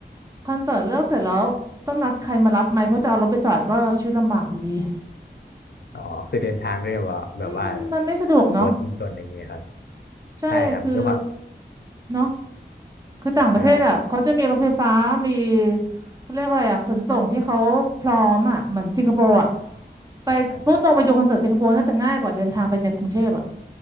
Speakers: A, on the right (about 20°); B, on the left (about 65°).
A: คอนเสิร์ตเลิกเสร็จแล้วต้องนัดใครมารับไหมเพราะจะเอารถไปจอดก็ชีวิตลำบากอยู่ดี
B: อ๋อคือเดินทางด้วยแบบว่าแบบว่า
A: อืมมันไม่สะดวกเนาะ
B: รถยนต์อะไรอย่างนี้ครับ
A: ใช่คือ
B: ใช่ครับด้วยความ
A: เนาะคือต่างประเทศอ่ะเขาจะมีรถไฟฟ้ามี
B: ใช่
A: เขาเรียกอะไรอ่ะขนส่งที่เขาพร้อมอ่ะเหมือนสิงคโปร์อ่ะไปพุ่งตรงไปดูคอนเสิร์ตสิงคโปร์น่าจะง่ายกว่าเดินทางไปในกรุงเทพอ่ะ
B: ครับ